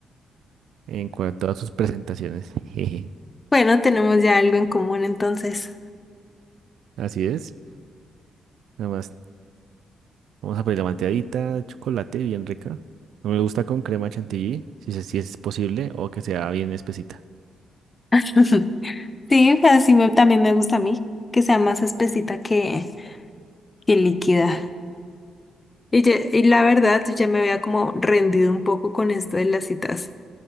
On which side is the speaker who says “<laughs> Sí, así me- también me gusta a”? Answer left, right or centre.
Left